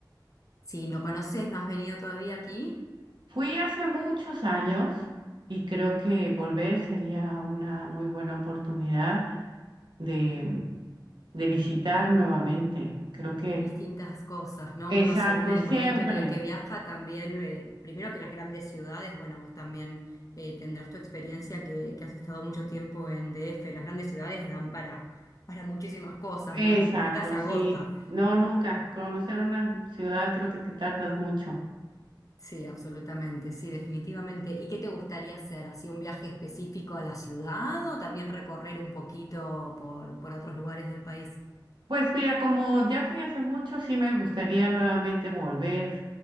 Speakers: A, on the left; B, on the right.
A: sí, no conoces, no has venido todavía aquí
B: Fui hace muchos años y creo que volver sería una muy buena oportunidad de, de visitar nuevamente. Creo que,
A: y distintas cosas, ¿no?
B: exacto,
A: Uno según el
B: siempre.
A: momento en el que viaja también, eh, primero que las grandes ciudades, bueno, vos también eh, tendrás tu experiencia que, que has estado mucho tiempo en DF, las grandes ciudades dan para, para muchísimas cosas,
B: Exacto,
A: ¿no? Nun- Nunca se agota.
B: sí. No, nunca. Conocer una ciudad creo que te tardas mucho.
A: Sí, absolutamente, sí, definitivamente. ¿Y qué te gustaría hacer? ¿Así un viaje específico a la ciudad o también recorrer un poquito por, por otros lugares del país?
B: Pues mira, como ya fui hace mucho, sí me gustaría nuevamente volver